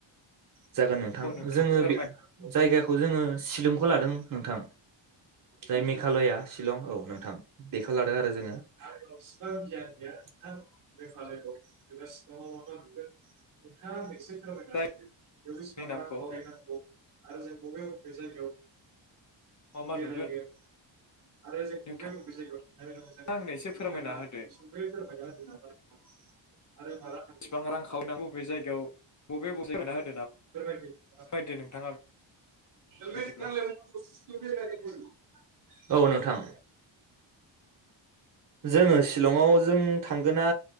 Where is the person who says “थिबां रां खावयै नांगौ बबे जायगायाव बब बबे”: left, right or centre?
Left